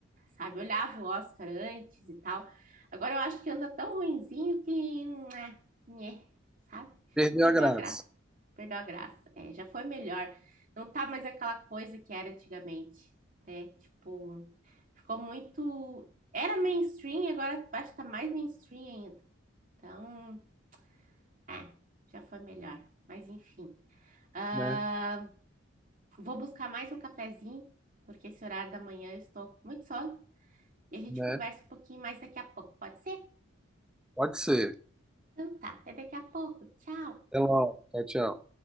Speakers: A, on the right; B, in the centre.
A: sabe? Olhava o Oscar antes e tal. Agora eu acho que anda tão ruinzinho que, né, né, sabe?
B: perdeu
A: Perdeu
B: a graça.
A: a graça, perdeu a graça. É, já foi melhor. Não tá mais aquela coisa que era antigamente, né? Tipo, ficou muito. Era mainstream, agora acho que tá mais mainstream ainda. Então, é, já foi melhor. Mas enfim. Ah,
B: né?
A: vou buscar mais um cafezinho, porque esse horário da manhã eu estou com muito sono. E a gente
B: né?
A: conversa um pouquinho mais daqui a pouco, pode ser?
B: Pode ser.
A: Então tá, até daqui a pouco. Tchau!
B: Até logo. Tchau, tchau.